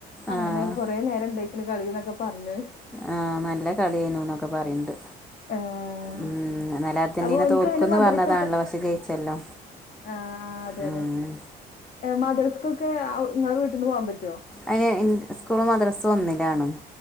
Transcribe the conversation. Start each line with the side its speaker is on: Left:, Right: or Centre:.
Left: അങ്ങനെ
Centre: ആഹ്
Left: കൊറേ നേരം ണ്ടായിക്കണ് കളിന്നൊക്കെ പറഞ്ഞ്
Centre: ആഹ് നല്ല കളിയനു എന്നൊക്കെ പറയണ്ട്
Left: ഏഹ്
Centre: ഉം ന്നാല അർജന്റീന
Left: അപ്പൊ ഓനിക്ക്
Centre: തോൽക്കുന്ന്
Left: അങ്ങനെ മദ്രസൊക്കെ
Centre: പറഞ്ഞതാണല്ലോ പക്ഷെ ജയിച്ചല്ലോ
Left: ആ ഹ്ആഹ് അതെ
Centre: ഉം.
Left: അതെ മദ്രസക്കൊക്കെ നിങ്ങളെ വീട്ടിൽന്ന് പോവാൻ പറ്റുവോ
Centre: അയിന് സ്കൂള് മദ്രസ് ഒന്നിലാണ്